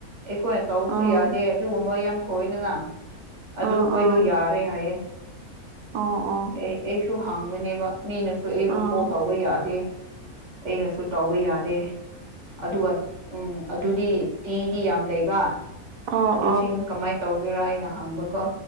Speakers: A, on the right; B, on the right.
A: ꯑꯦꯈꯣꯢꯅ ꯇꯧꯕꯁꯨ
B: ꯑꯥ
A: ꯌꯥꯗꯦ ꯑꯗꯨꯒꯨꯝꯕ ꯌꯥꯝ ꯊꯣꯢꯗꯅ ꯑꯗꯨ
B: ꯑꯥ
A: ꯈꯣꯢꯗꯣ
B: ꯑꯥ
A: ꯌꯥꯔꯦ ꯍꯥꯢꯌꯦ
B: ꯑꯣ ꯑꯣ
A: ꯑꯦ ꯑꯩꯁꯨ ꯍꯥꯡꯕꯅꯦꯕ ꯃꯤꯅꯁꯨ ꯑꯩꯕꯨ
B: ꯑꯥ
A: ꯀꯣꯜ ꯇꯧꯕ ꯌꯥꯗꯦ ꯑꯩꯅꯁꯨ ꯇꯧꯕ ꯌꯥꯗꯦ ꯑꯗꯨꯒ ꯎꯝ ꯑꯗꯨꯗꯤ ꯇꯤꯗꯤ ꯌꯥꯝ ꯂꯩꯕ
B: ꯑꯣ ꯑꯣ
A: ꯑꯗꯨꯁꯤꯡ ꯀꯃꯥꯏ ꯇꯧꯒꯦꯔ ꯑꯩꯅ ꯍꯪꯕꯀꯣ